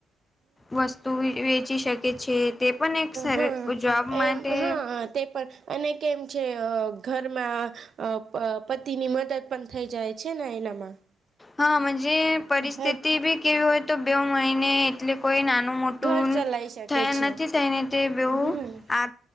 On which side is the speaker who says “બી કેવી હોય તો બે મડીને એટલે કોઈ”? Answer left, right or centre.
Left